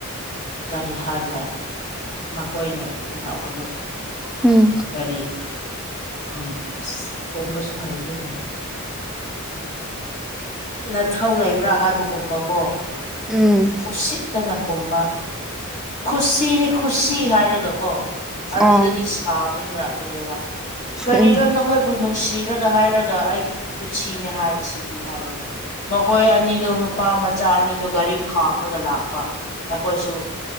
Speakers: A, on the left; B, in the centre.
A: ꯀꯔꯤ ꯍꯥꯏꯕ꯭ꯔꯥ ꯃꯈꯣꯏꯅ ꯀꯨꯝꯔꯛꯄꯗꯣ
B: ꯎꯝ
A: ꯀꯔꯤ ꯎꯝ ꯑꯁ ꯈꯨꯝꯕꯁꯨ ꯍꯩꯇꯦꯅꯦ ꯅꯊꯧ ꯂꯩꯕ꯭ꯔꯥ ꯍꯥꯏꯕꯒꯨꯝꯕ ꯀꯣ
B: ꯎꯝ
A: ꯎꯁꯤꯠꯇꯅ ꯈꯨꯝꯕ ꯈꯨꯁꯤꯅꯤ ꯈꯨꯁꯤ ꯍꯥꯏꯔꯒꯀꯣ ꯑꯗꯨꯗꯗꯤ
B: ꯑꯣ
A: ꯁꯥꯎꯅꯤꯡꯔꯛꯈ꯭ꯔꯦꯕ ꯀꯔꯤꯔ
B: ꯎꯝ
A: ꯅꯈꯣꯏꯕꯨ ꯅꯨꯡꯁꯤꯔꯒ ꯍꯥꯏꯔꯒ ꯑꯩꯒꯤ ꯈꯨꯠꯁꯤꯅꯦ ꯍꯥꯏꯕꯁꯤꯗꯤ ꯍꯥꯏꯔꯒ ꯃꯈꯣꯏ ꯑꯅꯤꯗꯨ ꯅꯨ ꯄꯥ ꯃꯆꯥ ꯑꯅꯤꯗꯨ ꯒꯥꯔꯤ ꯈꯥꯝꯔꯒ ꯂꯥꯛꯄ꯫ ꯑꯩꯈꯣꯏꯁꯨ